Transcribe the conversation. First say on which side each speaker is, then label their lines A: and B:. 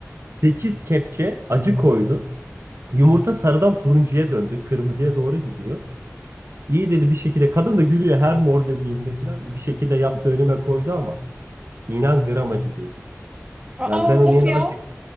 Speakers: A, on the right; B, on the right.
A: 8 kepçe acı koydu. Yumurta sarıdan turuncuya döndü. Kırmızıya doğru gidiyor. İyi dedi bir şekilde. Kadın da gülüyor her mor dediğimde filan. Bir şekilde yaptı önüme koydu ama. İnan gram acı değil.
B: Aa
A: Yani ben onun
B: nasıl
A: yerine
B: ya?
A: azıcık,